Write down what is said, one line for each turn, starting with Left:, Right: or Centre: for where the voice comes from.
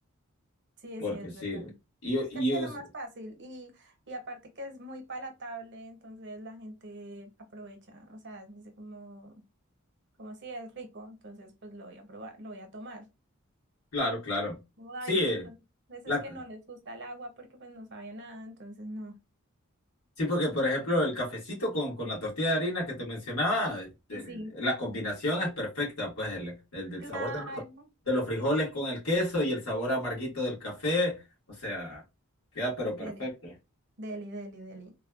Right: sí,
Left: porque
Right: sí, es
Left: sí,
Right: verdad.
Left: y,
Right: Que sea
Left: y
Right: lo
Left: es-
Right: más fácil y, y aparte que es muy palatable, entonces la gente aprovecha, o sea, dice como, como si es rico, entonces pues lo voy a probar, lo voy a tomar.
Left: claro, claro.
Right: Como hay
Left: Sí, eh,
Right: muchas veces
Left: la,
Right: que no les gusta el agua porque pues no sabía nada, entonces no.
Left: Sí, porque por ejemplo el cafecito con, con la tortilla de harina que te mencionaba, eh,
Right: Sí, sí,
Left: la combinación es perfecta, pues el, el, del
Right: claro.
Left: sabor de los, de los frijoles con el queso y el sabor amarguito del café, o sea, queda pero perfecto.
Right: Deli, deli, deli, deli.